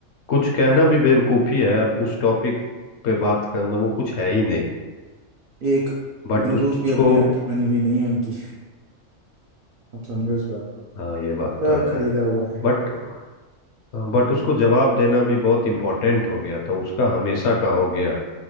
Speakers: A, on the left; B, on the right.
A: कुछ कहना भी बेवकूफ़ी है अब उस टॉपिक पे बात करना वो कुछ है ही नहीं
B: एक
A: बट
B: बंदूक
A: उसको
B: भी अपने यहाँ की बनी हुई नहीं है उनकी आप समझो इस बात को
A: हाँ ये बात
B: सब
A: तो है
B: खरीदा हुआ है
A: बट हाँ, बट उसको जवाब देना भी बहुत इम्पोर्टेंट हो गया था उसका हमेशा का हो गया